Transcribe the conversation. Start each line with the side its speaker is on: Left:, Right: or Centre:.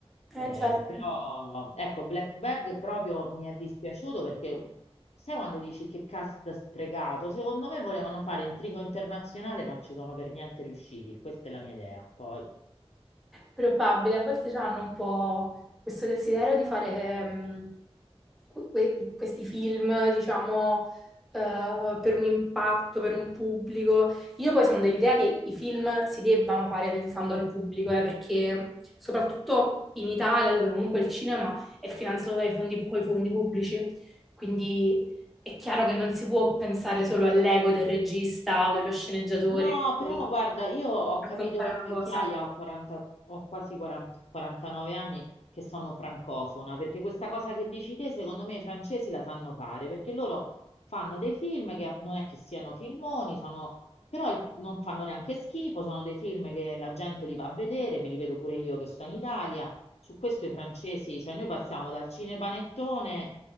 Centre: Eh,
Left: Eh,
Centre: certo.
Left: però ecco, Black Bag proprio mi è dispiaciuto perché sai quando dici che cast sprecato? Secondo me volevano fare intrigo internazionale, ma non ci sono per niente riusciti. Questa è la mia idea. Poi
Centre: Probabile, a volte hanno un po' questo desiderio di fare ehm, que- questi film, diciamo, eh, per un impatto, per un pubblico. Io poi sono dell'idea che i film si debbano fare pensando al pubblico, eh, perché soprattutto in Italia, dove comunque il cinema è finanziato dai fondi, coi fondi pubblici, quindi è chiaro che non si può pensare solo all'ego del regista o dello sceneggiatore
Left: No,
Centre: per
Left: però guarda, io ho
Centre: raccontare
Left: capito in vecchiaia,
Centre: una cosa.
Left: ho 40 ho quasi 40 49 anni, che sono francofona, perché questa cosa che dici te, secondo me i francesi la sanno fare, perché loro fanno dei film che non è che siano filmoni, sono, però il- non fanno neanche schifo, sono dei film che la gente li va a vedere, me li vedo pure io che sto in Italia. Su questo i francesi, cioè noi passiamo dal cinepanettone